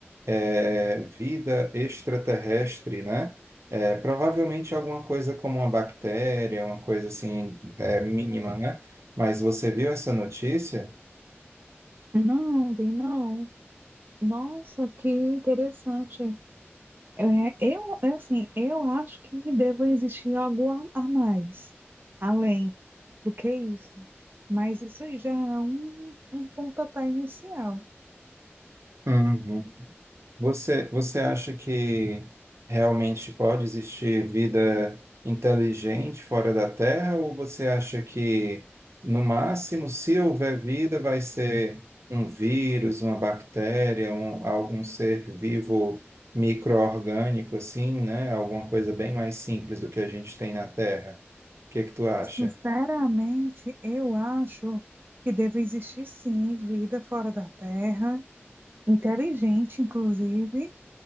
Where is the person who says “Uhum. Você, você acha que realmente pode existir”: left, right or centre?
Right